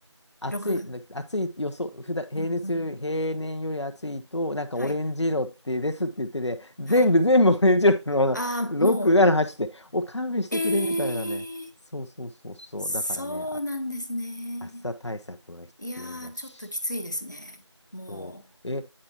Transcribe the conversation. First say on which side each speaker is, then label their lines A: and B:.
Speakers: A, on the left; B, on the left.
A: 暑い、
B: 6。
A: な暑い予想、普段、平熱より、
B: うんうん。
A: 平年より暑いと、なんかオレンジ色ってですって言ってて、
B: はい。
A: 全部、
B: はい。
A: 全部オレンジ色の6、
B: ああ、も
A: 7、8って、お勘弁してくれみたいなね。
B: う、ええ
A: そうそうそうそう。
B: そうなんですね。
A: だからね、あ、暑さ対策は必要だし。
B: いやー、ちょっときついですね。も
A: そう。え、